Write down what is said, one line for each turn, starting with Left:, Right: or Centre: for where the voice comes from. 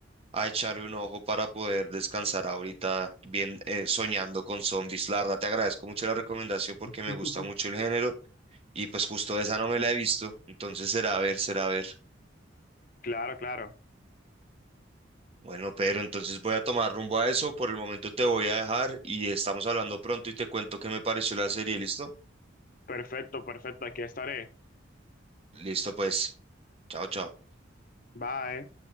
Right: a echarle un ojo para poder descansar ahorita bien eh, soñando con zombies. La verdad, te agradezco mucho la recomendación porque
Left: <laughs>
Right: me gusta mucho el género y pues justo esa no me la he visto. Entonces será a ver, será a ver.
Left: Claro, claro,
Right: Bueno, Pedro, entonces voy a tomar rumbo a eso. Por el momento te voy a dejar y estamos hablando pronto y te cuento qué me pareció la serie. ¿Listo?
Left: perfecto, perfecto, aquí estaré.
Right: Listo, pues. Chao, chao.
Left: Bye.